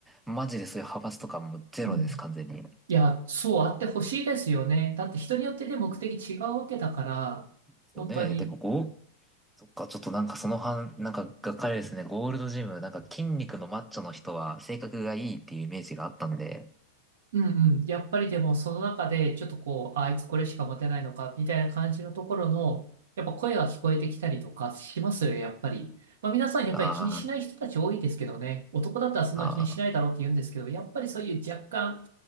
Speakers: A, in the centre; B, on the right (about 60°).
A: う、マジでそういう派閥とかもゼロです、
B: うん。
A: 完全に。で
B: いや、そうあってほしいですよね。だって人によってね、目的違うわけだから、
A: すよね。
B: 本当に。
A: で、ここ、そっか、ちょっとなんかその反、なんかがっかりですね。ゴールドジム、なんか筋肉のマッチョの人は性格がいいっていうイメージがあったんで、
B: うんうん。やっぱりでもその中で、ちょっとこう、ああいつこれしか持てないのか、みたいな感じのところの、やっぱ声が聞こえてきたりとかしますよ、やっぱり。まあ皆さんやっぱり気にしない人たち多いですけどね。
A: あー、
B: 男だったらそんな気にしないだろうって言うんですけど、
A: あ
B: やっぱりそういう若干、